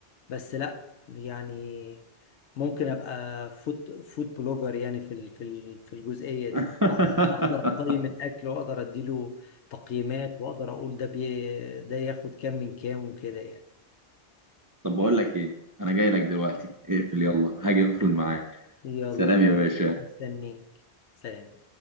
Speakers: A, on the left; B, on the right.
A: بس لا يعني ممكن ابقى فود فود بلوجر يعني في ال- في ال- في الجزئيه دي
B: <laughs>
A: اقدر أقدر اقيم الاكل واقدر اديله تقييمات واقدر اقول ده بي ده ياخد كام من كام وكده يعني
B: طب بقول لك ايه انا جاي لك دلوقتي اقفل يلا هاجي ادخل معاك
A: يلا
B: سلام يا باشا
A: مستنيك سلام